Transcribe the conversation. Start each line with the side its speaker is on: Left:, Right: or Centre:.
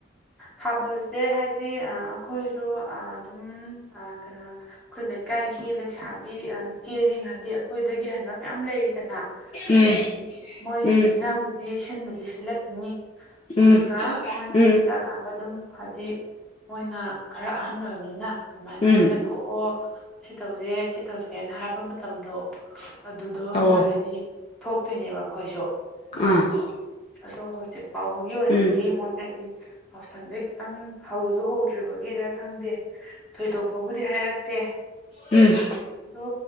Centre: ꯊꯥꯕꯜꯁꯦ ꯍꯥꯏꯕꯗꯤ ꯑꯩꯈꯣꯏꯁꯨ ꯑꯗꯨꯝ ꯀꯩꯅꯣ ꯑꯩꯈꯣꯏ ꯂꯩꯀꯥꯏꯒꯤ ꯂꯩꯁꯥꯕꯤ ꯏꯆꯦꯁꯤꯡ ꯍꯥꯏꯗꯤ ꯑꯩꯈꯣꯏꯗꯒꯤ ꯍꯕ ꯃꯌꯥꯝ ꯂꯩꯗꯅ
Left: ꯎꯝ
Centre: ꯑꯁꯤ ꯃꯣꯏꯁꯤꯡꯁꯤꯅꯕꯨꯗꯤ
Left: ꯎꯝ
Centre: ꯁꯤꯟꯕꯗꯤ ꯁꯤꯠꯂꯛꯀꯅꯤ
Left: ꯎꯝ
Centre: ꯑꯗꯨꯒ ꯃꯣꯏꯅꯁꯤ
Left: ꯎꯝ ꯎꯝ
Centre: ꯆꯠ ꯀꯥꯟꯗ ꯑꯗꯨꯝ ꯍꯥꯏꯗꯤ ꯃꯣꯏꯅ ꯈꯔ ꯑꯍꯟ ꯑꯣꯏꯕꯅꯤꯅ ꯑꯗꯨꯃꯥꯏꯅ
Left: ꯎꯝ
Centre: ꯃꯣꯏ ꯊꯣꯛꯑꯣ ꯁꯤ ꯇꯧꯁꯦ ꯁꯤ ꯇꯧꯁꯦꯅ ꯍꯥꯏꯕ ꯃꯇꯝꯗꯣ ꯑꯗꯨꯗ ꯑꯣꯏꯅ
Left: ꯑꯣ
Centre: ꯍꯥꯏꯗꯤ ꯊꯣꯛꯇꯣꯏꯅꯦꯕ ꯑꯩꯈꯣꯏꯁꯨ
Left: ꯎ
Centre: ꯑꯗꯣ ꯍꯧꯖꯤꯛ ꯐꯥꯎꯕꯒꯤ ꯑꯣꯏꯅꯗꯤ
Left: ꯎꯝ
Centre: ꯃꯣꯏ ꯍꯥꯏꯗꯤ ꯌꯥꯎꯁꯪꯗ ꯈꯤꯇꯪ ꯍꯧꯁꯨ ꯍꯧꯗ꯭ꯔꯤꯕꯒꯤꯔ ꯈꯪꯗꯦ ꯊꯣꯏꯗꯣꯛꯄꯕꯨꯗꯤ ꯍꯥꯏꯔꯛꯇꯦ꯫
Left: ꯎꯝ
Centre: ꯑꯗꯣ